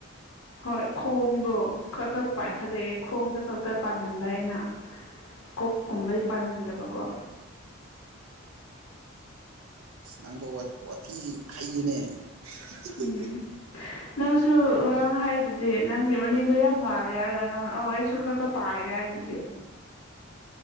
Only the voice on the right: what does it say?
ꯎꯝ
ꯅꯪꯗꯣ ꯋꯥꯊ ꯋꯥꯊꯤꯗꯤ ꯍꯩꯌꯦꯅꯦ <unintelligible>